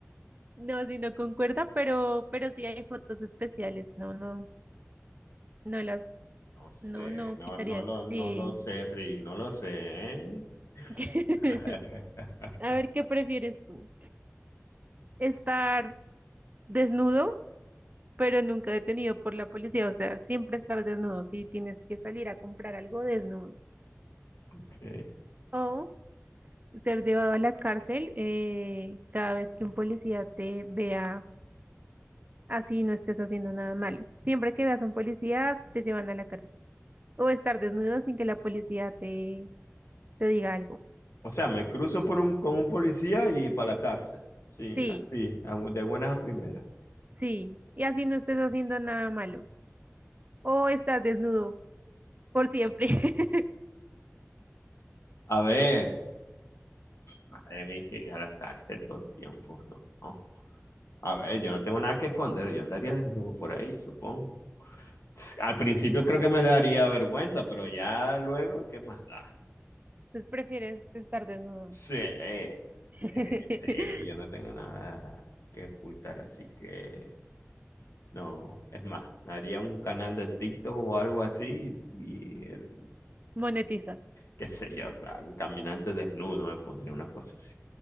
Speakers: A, on the right; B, on the left.
A: No, si no concuerda, pero, pero sí hay fotos especiales. No, no, no las,
B: No sé,
A: no, no
B: no,
A: quitaría
B: no
A: eso.
B: lo,
A: Sí.
B: no lo sé, Rick, no lo sé. ¿eh?
A: <laughs>
B: <laughs>
A: A ver, ¿qué prefieres tú? ¿Estar desnudo? pero nunca detenido por la policía. O sea, siempre estar desnudo. Si tienes que salir a comprar algo desnudo
B: Ok.
A: o ser llevado a la cárcel eh, cada vez que un policía te vea así, no estés haciendo nada malo. Siempre que veas a un policía, te llevan a la cárcel. O estar desnudo sin que la policía te, te diga algo.
B: O sea, me cruzo por un, con un policía y para la cárcel. Sí,
A: Sí,
B: así, a- de buenas a primeras.
A: sí. Y así no estés haciendo nada malo. O estar desnudo por siempre. <laughs>
B: A ver, madre mía, hay que ir a la cárcel todo el tiempo, no. no. A ver, yo no tengo nada que esconder, yo andaría desnudo por ahí, supongo. Al principio creo que me daría vergüenza, pero ya luego, ¿qué más da?
A: Entonces prefieres estar desnudo.
B: Sí, sí,
A: <laughs>
B: sí, yo no tengo nada que ocultar, así que no, es más, me haría un canal de TikTok o algo así y el,
A: Monetizas.
B: qué sé yo, claro, el caminante desnudo me pondría una cosa así.